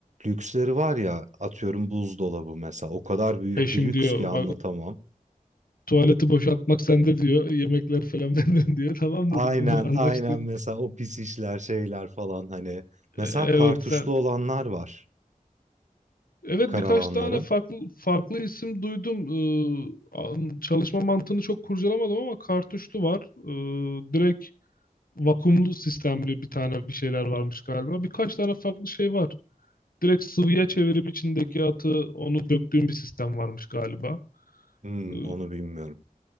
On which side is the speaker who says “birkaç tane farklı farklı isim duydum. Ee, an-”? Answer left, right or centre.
Left